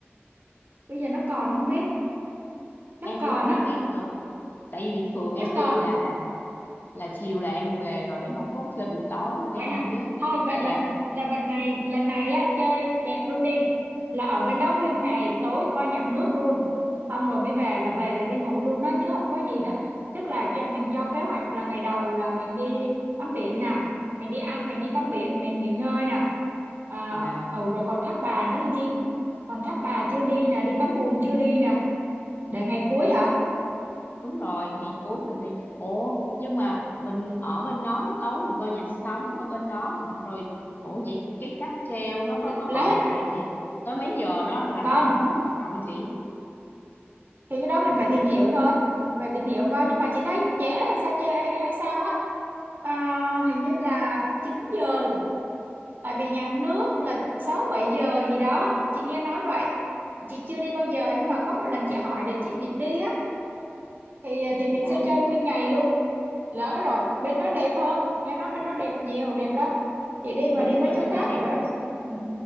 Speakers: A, on the right; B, on the left.
A: bây giờ nó còn không biết chắc
B: em
A: còn
B: cũng không
A: á
B: biết nữa tại vì bình thường em
A: chắc
B: đi
A: còn
B: là là chiều là em về rồi em không có chơi buổi tối nên em
A: vậy hả
B: không biết
A: thôi vậy
B: dạ
A: lần là lần này lần này á chơi đẹp luôn đi là ở bên đó nguyên ngày tối coi nhạc nước luôn xong rồi mới về là về là đi ngủ luôn đó chứ không có gì đó tức là cho mình cho kế hoạch là ngày đầu là mình đi tắm biển nè mình đi ăn mình đi tắm biển mình nghỉ ngơi nè à,
B: dạ
A: ừ, rồi còn Tháp Bà nữa anh chi còn Tháp Bà chưa đi nè đi tắm bùn chưa đi nè để ngày cuối hả
B: đúng rồi ngày cuối mình đi ủa nhưng mà mình ở bên đó tối mình coi nhạc sống ở bên đó hả rồi ủa vậy cái cáp treo nó có
A: L-
B: có
A: là
B: còn
A: hết
B: chạy về tới mấy giờ nó là nó
A: còn
B: nó hết hoạt động đi chị
A: thì cái đó mình phải tìm hiểu thôi mình phải tìm hiểu coi nhưng mà chị thấy trễ hay sao trễ hay, hay sao á à, hình như là 9 giờ tại vì nhạc nước là 6 7 giờ gì đó chị nghe nói vậy chị chưa đi bao giờ nhưng mà có một lần chị hỏi để chị định đi á thì à, thì mình
B: dạ
A: sẽ chơi nguyên ngày luôn lỡ rồi bên đó đẹp hơn nghe nói bên đó đẹp nhiều đẹp lắm chị đi mà
B: đúng
A: đi
B: rồi
A: mấy chỗ
B: bên
A: khác
B: đó đẹp
A: rồi đó
B: lắm
A: ừ.